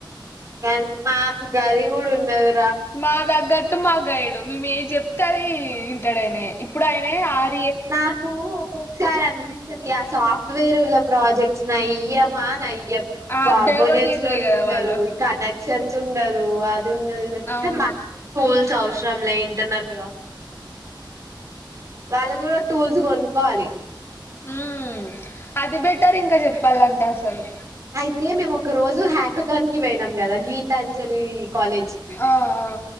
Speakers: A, on the right; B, on the left.
A: గంత్, మాకు గది గూడా ఉండదు.
B: మా తగ్గట్టు మా గైడు. మేము ఏం జేప్తే అది ఇంటడైనే. ఇప్పుడ్ ఆయన్. ఏ ఆద్.
A: నాకు ఒక్కొక్కసారి అనిపిస్తది, ఆ సాఫ్ట్వేర్ల ప్రాజెక్ట్స్ నయ్యం. మానై. యం.
B: ఆ
A: కాంపోనెంట్స్
B: డెవలప్ చేసుడే
A: లోల్లుండదు,
B: కదా వాళ్ళు
A: ఈ కనెక్షన్ చుండదు అద్. ఉన్నది <unintelligible>
B: అవును
A: మాక్ పోల్. చౌశ్రమ్లేన్. ట్టనల్గా. వాళ్ళు గూడా టూల్స్ గోనుక్కోవాలి.
B: ఉమ్మ్, అది బెటర్ ఇంకా జేప్పాలంటే అసలు.
A: అయితే మేమ్ ఒక రోజు హక్. కుతన్కి పోయినాం గద. <unintelligible> గీతాంజలి కాలేజ్కి.
B: ఆ ఆ